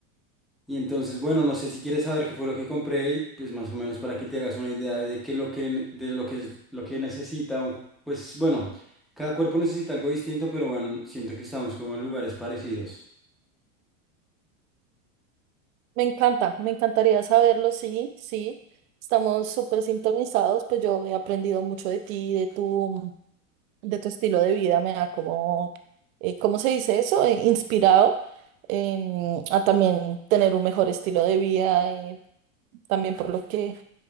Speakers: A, in the centre; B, on the right.
A: Y entonces, bueno, no sé si quieres saber qué fue lo que compré y pues más o menos para que te hagas una idea de que lo que de lo que es- lo que necesita un- pues bueno, cada cuerpo necesita algo distinto, pero bueno, siento que estamos como en lugares parecidos.
B: Me encanta, me encantaría saberlo, sí, sí. Estamos súper sintonizados, pues yo he aprendido mucho de ti, de tu, de tu estilo de vida, me ha como, eh, ¿cómo se dice eso? Eh, inspirado em, a también tener un mejor estilo de vida, eh, también por lo que